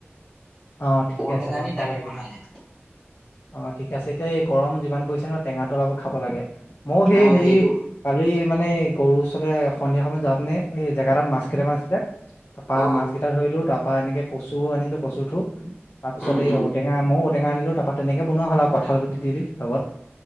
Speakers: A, on the left; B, in the centre.
A: অ ঠিকে
B: ঔটেঙা
A: আছে বাৰু
B: দি
A: খাব
B: দালি
A: লাগে
B: বনালে।
A: দে। অ ঠিক আছে এতিয়া এই গৰম যিমান পৰিছে নহ টেঙাটো অপল খাব লাগে মই সেই
B: অ
A: হেৰি
B: সেইটো
A: কালি মানে গৰুৰ ওচৰলৈ সন্ধিয়া সময়ত যাওতে নে এই জেগা এটাত মাছ কেইটামান আছিলে তাৰ পৰা
B: অ
A: মাছ কেইটা ধৰিলো। তাৰ পৰা এনেকে কচুও আনিলো। কচুটো তাৰ পিছত
B: উম
A: এই
B: উম
A: ঔটৈ মও ঔটেঙা আনিলো। তাৰপা তেনেকে বোনোৱা হল আও কঁঠালগুটি দি লগত